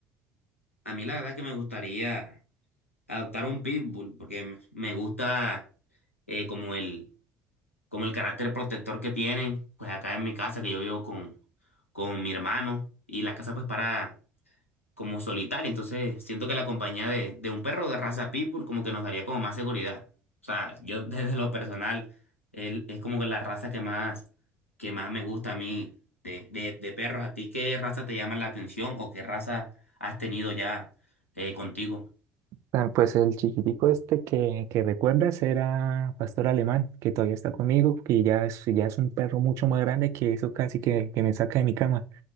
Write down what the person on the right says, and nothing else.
Ah, Pues el chiquitico este que, que recuerdas era pastor alemán, que todavía está conmigo, que ya es, ya es un perro mucho más grande que eso casi que, que me saca de mi cama.